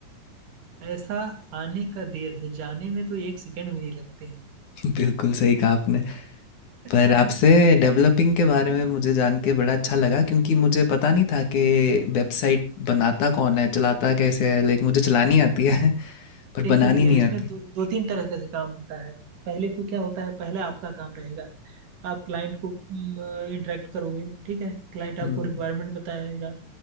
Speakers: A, on the right; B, on the left.
A: पैसा आने का देर है जाने में तो एक सेकंड भी नहीं लगते
B: <laughs> बिल्कुल सही कहा आपने
A: हैं
B: पर
A: <laughs>
B: आपसे डेवलपिंग के बारे में मुझे जान के बड़ा अच्छा लगा क्योंकि मुझे पता नहीं था कि वेबसाइट बनाता कौन है चलाता कैसे है लाइक मुझे चलानी आती है <laughs> पर
A: देखिए
B: बनानी
A: देखिए
B: नहीं
A: इसमें
B: आती
A: दो, दो तीन तरह का से काम होता है पहले तो क्या होता है पहले आपका काम रहेगा आप क्लाइंट को इंटरेक्ट करोगे ठीक है क्लाइंट आपको
B: हम्म
A: रिक्वायरमेंट बताएगा